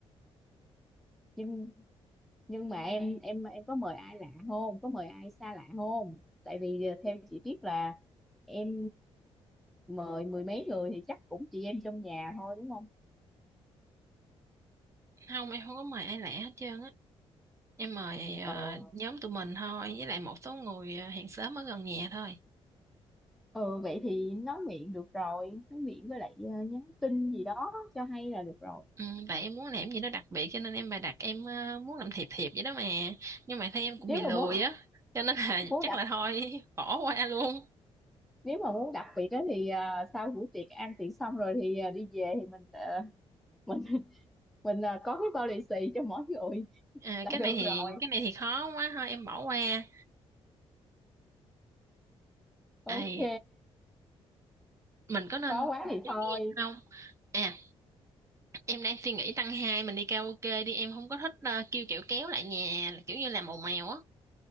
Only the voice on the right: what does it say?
Không em không có mời ai lạ hết trơn á. Em mời ờ,
nhóm tụi mình thôi với lại một số người ờ, hàng xóm ở gần nhà thôi.
Ừ, tại em muốn làm gì đó đặc biệt cho nên em bày đặt em ờ, muốn làm thiệp thiệp vậy đó mà nhưng mà thấy em cũng
bị lười
á cho nên là
<laughs>
chắc
là thôi <laughs> bỏ qua luôn
À,
cái
này thì
cái này thì khó quá thôi em bỏ qua.
À, mình có nên
chơi
game không? À, em đang suy nghĩ tăng hai mình đi karaoke đi, em không có thích ờ, kêu kiểu kéo lại nhà là kiểu như làm ồn ào á.